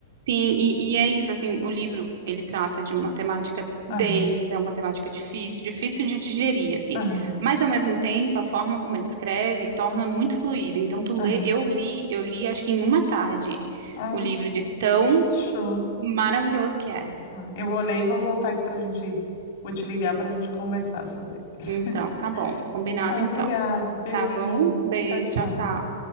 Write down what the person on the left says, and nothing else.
Aham,
aham,
aham.
Ah,
show.
Tá. Eu vou ler e vou voltar aqui pra gente. Vou te ligar pra gente conversar sobre. <laughs>
Tá,
obrigada. Beijinho.
Tchau, tchau.